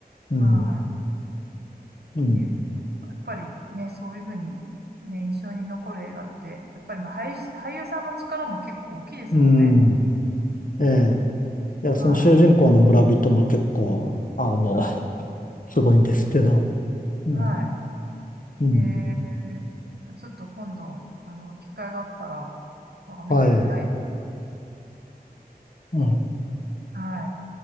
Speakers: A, on the left; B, on the right.
A: うん。
B: は
A: うん。
B: い。ね、やっぱりね、そういうふうに、ね、印象に残る映画って、やっぱりまあ俳優、俳優さんの力も結構大きいですもんね。
A: うん。ええ。いや、
B: はい。
A: その主人公の村人も結構、あの、
B: はい。
A: <laughs> すごいんですけど、ね、
B: はい。
A: うん。
B: えー、ちょっと今度、あの、機会があったら、なんか見てみたい。
A: はい。うん。
B: はい。